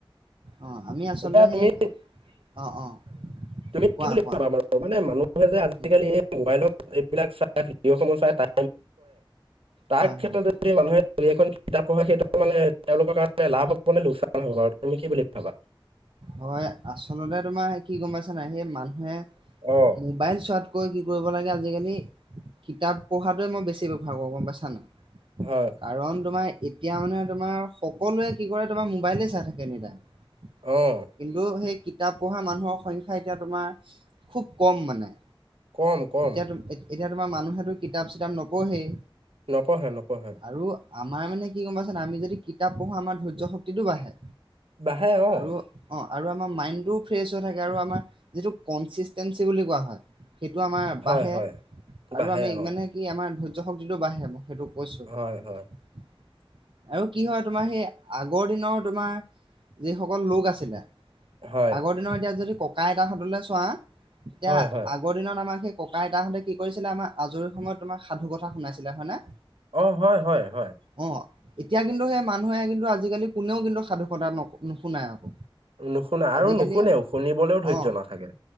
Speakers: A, on the right; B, on the right.
A: অ, ' আমি আচলতে
B: এতিয়া তুমি
A: সেই অ, অ।
B: তুমি
A: কোৱা
B: কি বুলি
A: কোৱা
B: ভাবাৰ মানে মানুহে যে আজিকালি
A: উম
B: এই মোবাইলত এইবিলাক চাই ভিডিঅ'সমূহ চাই কৰে তাৰ
A: হয়
B: ক্ষেত্ৰত
A: হয়
B: যদি মানুহে এখন কিতাপ পঢ়া সেইটো মানে তেওঁলোকৰ কাৰণে লাভ হবানে লোকচান হ'ব আৰু তুমি কি বুলি ভাবা।
A: হয়, আচলতে তোমাৰ কি গম পাইছানে নাই, সেই মানুহে
B: অ'।
A: মোবাইল চোৱাত কৈ কি কৰিব লাগে আজিকালি কিতাপ পঢ়টোৱে মই বেছি প্ৰিফাৰ কৰো গম পাইছা নে নাই।
B: হয়,
A: কাৰণ তোমাৰ এতিয়া মানে তোমাৰ সকলোৱে কি কৰে তোমাৰ মোবাইলে চাই থাকে এনি টাইম।
B: অঁ
A: কিন্তু সেই কিতাপ পঢ়া মানুহৰ সংখ্যা এতিয়া তোমাৰ খুব কম মানে।
B: কম কম।
A: এতিয়া তুম এ এতিয়া তোমাৰ মানুহেতো কিতাপ-চিতাপ নপঢ়েই।
B: নপঢ়ে নপঢ়ে।
A: আৰু আমাৰ মানে কি গম পাইছানে নাই আমি যদি কিতাপ পঢ়ো আমাৰ ধৈৰ্য্য শক্তিটো বাঢ়ে।
B: বাঢ়ে অ'
A: আৰু অ আৰু আমাৰ মাইন বোৰো ফ্ৰেচ হৈ থাকে আৰু আমাৰ যিটো কনচিচটেনচি বুলি কোৱা হয় সেইটো আমাৰ
B: হয়
A: বাঢ়ে
B: হয় বাঢ়ে
A: আৰু আমি
B: অ',
A: মানে কি আমাৰ ধৈৰ্য্য শক্তিটো বাঢ়ে। সেইটো কৈছো
B: হয়
A: কথাটো।
B: হয়।
A: আৰু কি হয় তোমাৰ সেই আগৰ দিনৰ তোমাৰ যিসকল লোক আছিলে
B: হয়,
A: আগৰ দিনৰ এতিয়া যদি ককা-আইতাহঁতলৈ চোৱা এতিয়া
B: হয় হয়।
A: আগৰ দিনত আমাৰ সেই ককা-আইতাহঁতে কি কৰিছিলে আমাৰ আজৰি সময়ত তোমাৰ সাধুকথা শুনাইছিলে, হয়নে?
B: অ হয় হয় হয়
A: অ এতিয়া কিন্তু সেই মানুহে কিন্তু আজিকালি কোনেও কিন্তু সাধুকথা নকয় নুশুনাই আকৌ।
B: নুশুনাই
A: আজিকালি
B: আৰু নুশুনেও শুনিবলৈও ধৈৰ্য্য
A: অ
B: নাথাকে।